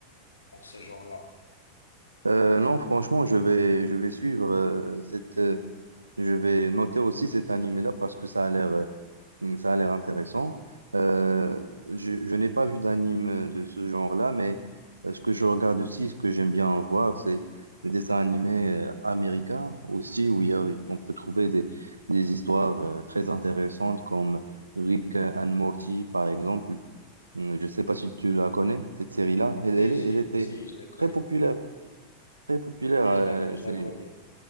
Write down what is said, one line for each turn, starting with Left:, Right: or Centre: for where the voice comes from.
Left: en ce genre-là.
Right: Euh, non, franchement, je vais, je vais suivre euh, cette. euh, je vais noter aussi cet animé-là parce que ça a l'air. euh, Hmm, Ça a l'air intéressant. Euh, je, je n'ai pas vu d'anime de ce genre-là, mais euh, ce que je regarde aussi, ce que j'aime bien voir, c'est les dessins animés euh, américains aussi, où il y a, on peut trouver des, des histoires euh, très intéressantes comme Rick and Morty, par exemple. Hmm, Je ne sais pas si tu la connais, cette série-là. Elle,
Left: Si,
Right: elle- elle
Left: si,
Right: était
Left: si, je le connais.
Right: très populaire, très populaire.
Left: Si,
Right: euh,
Left: je la, je
Right: c'est-
Left: la connais.